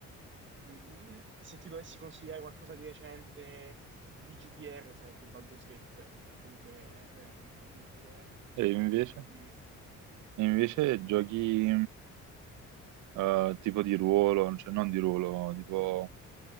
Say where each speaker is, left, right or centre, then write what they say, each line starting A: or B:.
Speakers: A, on the right; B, on the right.
A: mm, se ti dovessi consigliare qualcosa di recente di GDR sarebbe Baldur's Gate 3, che comunque è veramente incredibile sotto
B: E invece?
A: tutti i punti di vista.
B: E invece giochi eh, tipo di ruolo, cioè non di ruolo, tipo